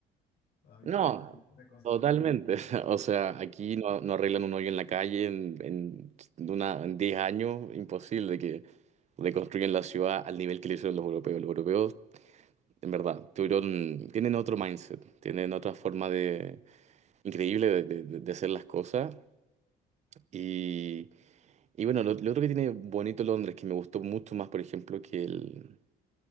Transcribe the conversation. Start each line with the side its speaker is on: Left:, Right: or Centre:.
Left: todavía
Right: No,
Left: lo estarían reconstruyendo.
Right: totalmente. <laughs> O sea, aquí no, no arreglan un hoyo en la calle en, en, una, en 10 años. Imposible que reconstruyan la ciudad al nivel que lo hicieron los europeos. Los europeos, en verdad, tuvieron, tienen otro mindset, tienen otra forma de, increíble de, de- de- de hacer las cosas. Y, y bueno, lo, lo otro que tiene bonito Londres, que me gustó mucho más, por ejemplo, que, el,